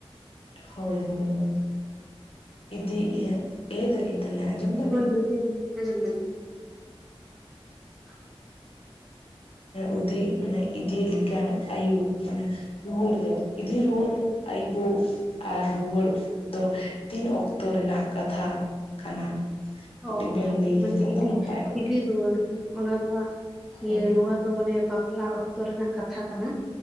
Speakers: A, on the left; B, in the centre.
A: ᱦᱳᱭ ᱦᱳᱭ ᱦᱳᱭ ᱤᱫᱤᱟ ᱞᱟᱹᱭ ᱫᱟᱞᱤᱧ ᱛᱟᱦᱚᱞᱮ? ᱟᱸᱡᱚᱢ ᱫᱟᱵᱤᱱ
B: ᱦᱳᱭ ᱦᱳᱭ ᱞᱟᱹᱭ ᱢᱮ ᱟᱡᱚᱢ ᱫᱟᱞᱤᱧ? <inaudible>
A: ᱩᱫᱤ ᱢᱟᱱᱮ ᱤᱫ ᱞᱮᱠᱷᱟᱱ ᱟᱭᱳ ᱢᱟᱱᱮᱼᱼ ᱨᱩᱣᱟᱹᱲ ᱫᱚ ᱤᱫᱤ ᱨᱩᱣᱟᱹᱲ ᱟᱭᱩ ᱠᱳ ᱟᱨ ᱨᱩᱣᱟᱹᱲ ᱫᱚ ᱛᱤᱱ ᱚᱠᱛᱚ ᱨᱮᱱᱟᱜ ᱠᱟᱛᱷᱟ ᱠᱟᱱᱟ? ᱠᱟᱹᱴᱤᱡ
B: ᱚ
A: ᱵᱮᱱ
B: ᱦᱮᱸ
A: ᱞᱟᱹᱭ
B: ᱢᱟᱱᱮ
A: ᱞᱮᱠᱷᱟᱱ
B: ᱤᱫᱤ
A: ᱫᱚ ᱱᱟᱯᱟᱭ ᱠᱚᱜ
B: ᱤᱫᱤ
A: ᱠᱮᱭᱟ
B: ᱨᱩᱟᱹᱣ ᱦᱮᱸ ᱚᱱᱟ ᱫᱚ ᱦᱟᱸᱜ
A: ᱦᱳᱭ
B: ᱤᱭᱟᱹ ᱱᱚᱣᱟ ᱫᱚ ᱢᱟᱱᱮ ᱵᱟᱯᱞᱟ ᱚᱠᱛᱚ ᱨᱮᱱᱟᱜ ᱠᱟᱛᱷᱟ ᱠᱟᱱᱟ᱾